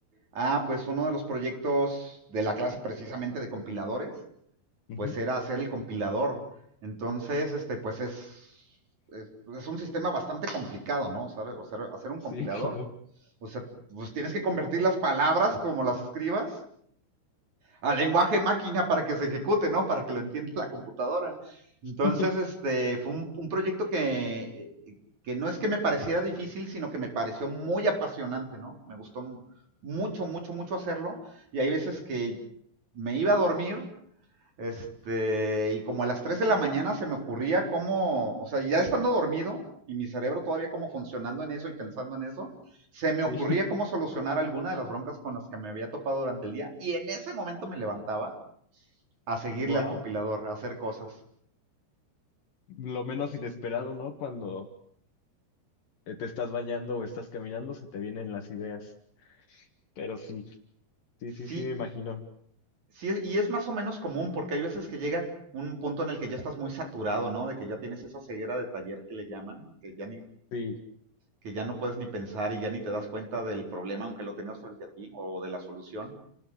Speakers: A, on the right (about 45°); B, on the left (about 55°).
A: Ah, pues uno de los proyectos de la clase precisamente de compiladores,
B: Ujú.
A: pues era hacer el compilador. Entonces, este, pues es, es, pues es un sistema bastante complicado, ¿no? O sea, o sea, hacer un
B: Sí,
A: compilador,
B: claro.
A: o sea, pues tienes que convertir las palabras como las escribas al lenguaje máquina para que se ejecute, ¿no? Para que lo entienda la computadora. Entonces,
B: <laughs>
A: este, fue un, un proyecto que, que no es que me pareciera difícil, sino que me pareció muy apasionante, ¿no? Me gustó mucho, mucho, mucho hacerlo. Y hay veces que me iba a dormir este, y como a las 3 de la mañana se me ocurría cómo, o sea, ya estando dormido y mi cerebro todavía como funcionando en eso y pensando en eso, se me ocurría
B: Sí,
A: cómo solucionar alguna de las broncas con las que me había topado durante el día y en ese momento me levantaba a seguirle
B: wow.
A: al compilador, a hacer cosas.
B: Lo menos inesperado, ¿no? Cuando eh, te estás bañando o estás caminando, se te vienen las ideas. Pero sí, sí, sí,
A: Sí,
B: sí, me imagino.
A: sí, y es más o menos común porque hay veces que llega un punto en el que ya estás muy saturado, ¿no? De que ya tienes esa ceguera de taller que le llaman, que ya ni
B: Sí.
A: que ya no puedes ni pensar y ya ni te das cuenta del problema aunque lo tengas frente a ti o de la solución